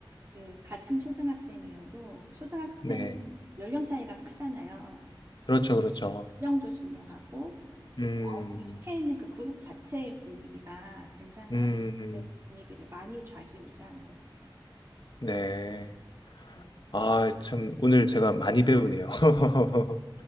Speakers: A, on the right; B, on the left.
A: 그 같은 초등학생이어도 초등학생은
B: 네.
A: 연령 차이가 크잖아요.
B: 그렇죠, 그렇죠.
A: 연령도 중요하고 또
B: 음,
A: 그 아이들이 속해 있는 그 그룹 자체의 분위기가 굉장히
B: 음,
A: 학생의 분위기를 많이 좌지우지하는 것 같아요.
B: 네.
A: 음,
B: 아, 참, 오늘 제가 많이 배우네요. <laughs>